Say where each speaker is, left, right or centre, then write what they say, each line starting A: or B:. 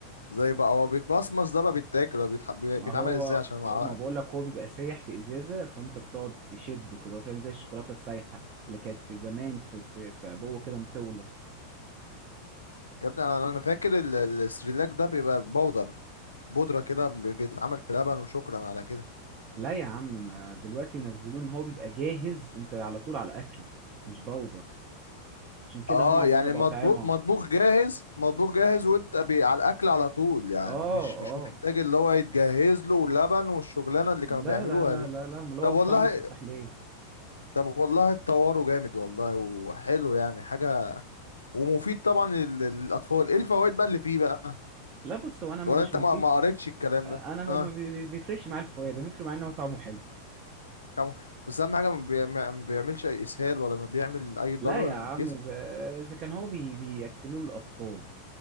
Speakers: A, on the left; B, on the right.
A: زي بقى هو بيتمصمص ده ولا بيتاكل ولا بيتح... بي-
B: ما
A: بيتعمل
B: هو
A: ازاي عشان مع...
B: هو ما بقول لك هو بيبقى سايح في ازازه فانت بتقعد تشده كده فاهم زي الشوكولاته السايحه اللي كانت في زمان في في في عبوه كده مطوله
A: يا ابني انا انا فاكر ال- ال- السريلاك ده بيبقى بودر بودرة كده بي- بيتعمل في لبن وشكرا على كده
B: لا يا عم ما دلوقتي ينزلوه ان هو بيبقى جاهز انت على طول على اكل مش بودر عشان كده
A: اه
B: هم عاملينه
A: يعني
B: بأطعمة
A: مطبوخ مطبوخ جاهز مطبوخ جاهز وانت بي على الاكل على طول يعني
B: اه
A: مش
B: اه
A: مش محتاج اللي هو يتجهز له ولبن والشغلانه اللي
B: لا
A: كانوا بيعملوها
B: لا لا
A: دي
B: لا لا امال هو
A: طب
B: بطعم
A: والله
B: التفاح ليه
A: طب والله اتطوروا جامد والله وحلو يعني حاجه ومفيد طبعا لل- للاطفال ايه الفوائد بقى اللي فيه بقى
B: لا بص هو انا ما
A: ولا
B: مش
A: انت
B: مفيد
A: ما ما قريتش الكلام
B: انا
A: ده
B: ما
A: اه
B: ما بي- بي- بيفرقش معايا الفوائد بيفرق معايا ان هو طعمه حلو
A: طبعا بس اهم حاجه ما بيعم- ما بيعملش اي اسهال ولا ما بيعمل اي ضرر
B: لا يا عم
A: للجسم
B: اذا اذا كان هو بي بياكلوه للاطفال